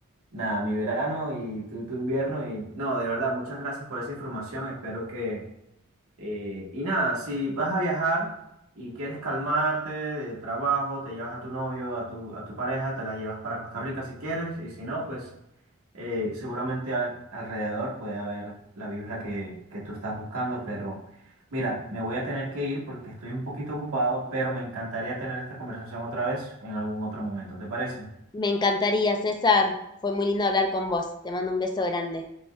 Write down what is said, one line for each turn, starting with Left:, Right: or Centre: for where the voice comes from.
Right: nada, mi verano y tú tu invierno y no, de verdad, muchas gracias por esa información. Espero que eh, y nada, si vas a viajar y quieres calmarte del trabajo, te llevas a tu novio, a tu, a tu pareja, te la llevas para Costa Rica si quieres, y si no, pues eh, seguramente al- alrededor puede haber la vibra que, que tú estás buscando, pero mira, me voy a tener que ir porque estoy un poquito ocupado, pero me encantaría tener esta conversación otra vez en algún otro momento, ¿te parece?
Left: me encantaría, César, fue muy lindo hablar con vos, te mando un beso grande.